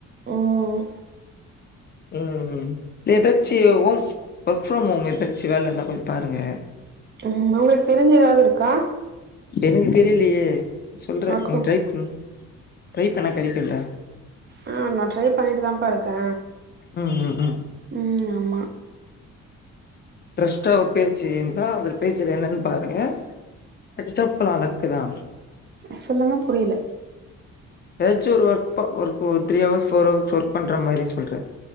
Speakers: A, on the right; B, on the left.
A: ம்
B: ம் ம் இல்ல எதாச்சி ஹோம் ஒர்க் ஃப்ரம் ஹோம் எதாச்சி வேல இருந்தா போய் பாருங்க
A: ம் உங்களுக்கு தெரிஞ்சு எதாது இருக்கா
B: எனக்கு தெரிய்லியே சொல்றே
A: ஒர்க்
B: நீ
A: ஃப்ரம்
B: ட்ரை பண்ணு ட்ரை பண்ணா கெடைக்குல்ல
A: அ நா ட்ரைப் பண்ணிட்டு தாம்ப்பா இருக்கே
B: ம் ம் ம்
A: ம் ஆமா
B: ட்ரஸ்டா அவர் பேச்சு இர்ந்தா அவர் பேச்சுல என்னன் பாருங்க கெடச்சா அப்ல லக்குதா
A: அ சொல்லுங்க புரியில
B: எதாச்சு ஒரு ஒர்க் ப ஒரு ஒரு three hours four hours work பண்ற மாரி சொல்ற